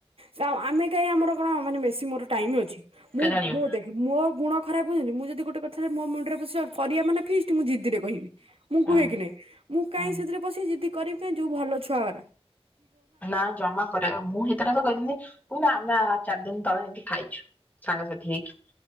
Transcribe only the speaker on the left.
କେଜାଣିବ
ହୁଁ
ହୁଁ।
ନା ଜମା କରିବା ମୁଁ ହେଇଥିଲେ ଆଗ କହିଥାନ୍ତି। ନା ଆମେ ଚାରି ଦିନ ତଳେ ଏମତି ଖାଇଛୁ ସାଙ୍ଗସାଥି ହେଇକି।